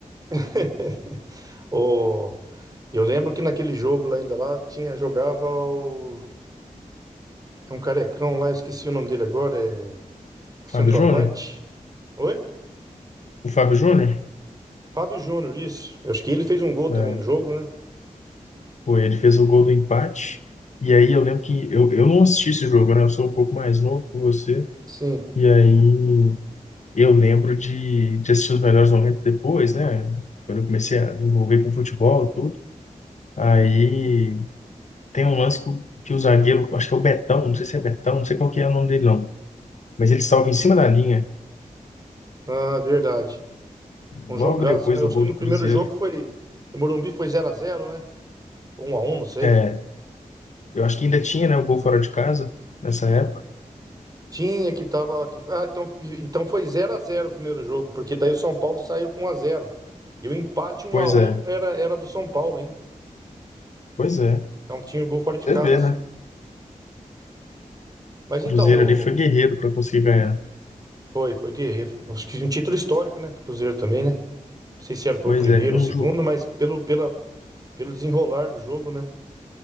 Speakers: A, on the right; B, on the left.
A: <laughs> O Eu lembro que naquele jogo lá ainda lá tinha jogava o, é um carecão lá, eu esqueci o nome dele agora, é o
B: Fábio
A: centroavante.
B: Júnior?
A: Oi?
B: O Fábio Júnior?
A: Fábio Júnior, isso. Eu acho que ele fez um gol também
B: É,
A: no jogo, né?
B: foi, ele fez o gol do empate. E aí eu lembro que eu, eu não assisti esse jogo, né? Eu sou um pouco mais novo que você.
A: Sim.
B: E aí eu lembro de, de assistir os melhores momentos depois, né? Quando eu comecei a me envolver com futebol e tudo. Aí tem um lance que, o- que o zagueiro, acho que é o Betão, não sei se é Betão, não sei qual que é o nome dele não. Mas ele salva em cima da linha,
A: Ah, verdade. Um
B: logo
A: jogaço,
B: depois
A: né?
B: do
A: Eu acho
B: gol
A: que no
B: do
A: primeiro
B: Cruzeiro.
A: jogo foi no Morumbi foi zero a zero né? Ou 1x1, não sei.
B: É, eu acho que ainda tinha, né, o gol fora de casa nessa época.
A: Tinha que tava que- Ah, então, então foi zero a zero o primeiro jogo, porque daí o São Paulo saiu com um a zero E o empate um
B: Pois
A: a um
B: é,
A: era era do São Paulo ainda.
B: pois é.
A: Então tinha o gol fora de
B: Você
A: casa,
B: vê,
A: sim.
B: né?
A: Mas
B: O
A: então,
B: Cruzeiro ali foi guerreiro para conseguir ganhar.
A: Foi, foi guerreiro. Acho que um título histórico, né? Pro Cruzeiro também, né? Não sei se era- foi
B: Pois
A: o primeiro
B: é, um
A: ou o segundo,
B: jogo,
A: mas pelo, pela, pelo desenrolar do jogo, né?